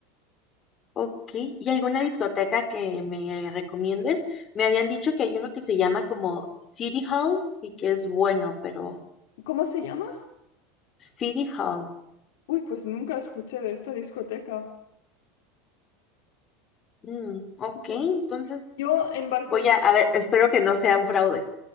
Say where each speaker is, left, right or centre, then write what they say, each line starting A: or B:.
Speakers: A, on the left; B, on the left.
A: Ok, ¿y alguna discoteca que me recomiendes? Me habían dicho que hay uno que se llama como City Hall y que es bueno, pero
B: ¿Cómo se llama?
A: City Hall.
B: Uy, pues nunca escuché de esta discoteca.
A: Mm, ok,
B: No,
A: entonces
B: no. Yo en Barcelona,
A: voy a, a ver, espero que no sea un fraude.